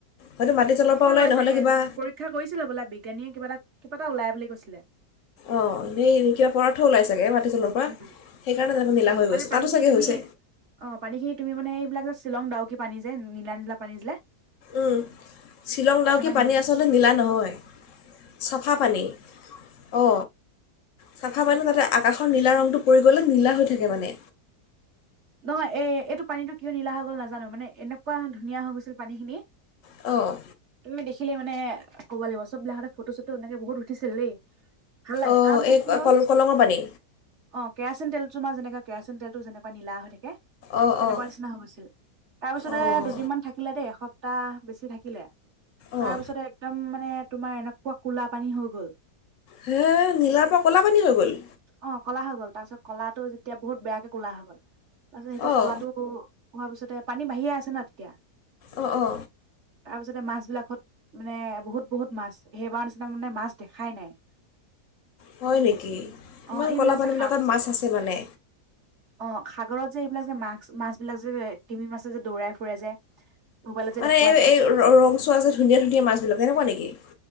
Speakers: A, on the left; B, on the right.
A: হয়তো মাটি তলৰ
B: কিবা
A: পৰা ওলাই
B: হয়
A: নহ'লে
B: চাগে
A: কিবা
B: পৰীক্ষা কৰিছিলে বোলে বিজ্ঞানীয়ে কিবা এটা কিবা এটা ওলাই বুলি কৈছিলে।
A: অ এই কিবা পদার্থ ওলাই চাগে মাটি তলত। পৰা
B: উম
A: সেইকাৰণে তাতো নীলা হৈ
B: মানে
A: গৈছে
B: পানী
A: তাতো
B: খিনি
A: চাগে
B: তুমি
A: হৈছে।
B: অ পানীখিনি তুমি মানে এইবিলাক যে শ্বিলং ডাউকী পানী যে নীলা নীলা পানী ছিলে।
A: উম শ্বিলং ডাউকী পানী
B: নীলা
A: আচলতে নীলা নহয়। চাফা পানী অ। চাফা পানী মানে আকাশৰ নীলা ৰঙটো পৰি গ'লে নীলা হৈ থাকে মানে।
B: নহয় এ এইটো পানীটো কিয় নীলা হৈ গ'ল নাজানো মানে এনেকুৱা ধুনীয়া হৈ গৈছিল পানী খিনি।
A: অঁ
B: তুমি দেখিলে মানে ক'ব লাগিব চববিলাকতে ফটো চটো এনেকে বহুত উঠিছিল দেই। ভাল লাগে
A: অঁ
B: তাৰপিছত
A: এই
B: কি হ'ল।
A: কল
B: অ
A: কলঙৰ পানী
B: কেৰাচিন তেল তোমাৰ যেনেকা কেৰাচিন তেলটো যেনেকুৱা নীলা হৈ থাকে
A: অঁ
B: তেনেকুৱা
A: অঁ
B: নিচিনা হৈ গৈছিল। তাৰপিছতে
A: অঁ
B: দুদিনমান থাকিলে দেই এসপ্তাহ বেছি থাকিলে
A: অঁ
B: তাৰপিছতে একদম মানে তোমাৰ এনেকুৱা কুলা পানী হৈ গ'ল।
A: হে নীলাৰ পৰা ক'লা পানী হৈ গ'ল!
B: অ কলা হৈ গল তাৰ পিছত কলাটো যেতিয়া বহুত বেয়াকে কলা হৈ গল। তাৰপাছত সেইটো
A: অঁ
B: ক'লাটো হোৱাৰ পিছতে পানী বাঢ়িয়ে আছে ন তেতিয়া।
A: অ অ
B: তাৰপিছতে মাছবিলাকত মানে বহুত বহুত মাছ সেইবাৰ নিচিনা মানে মাছ দেখাই নাই।
A: হয় নেকি ইমান
B: অ এইবিলাক
A: ক'লা পানীবিলাকত
B: যে শাক
A: মাছ আছে মানে।
B: অ সাগৰত যে এইবিলাক যে মাছ মাছ বিলাক যে তিমি মাছে যে দৌৰাই ফুৰে যে। মোবাইলত যে
A: মানে
B: দেখুওৱা যে
A: এই ৰং চোৱা যে ধুনীয়া ধুনীয়া মাছবিলাক তেনেকুৱা নেকি?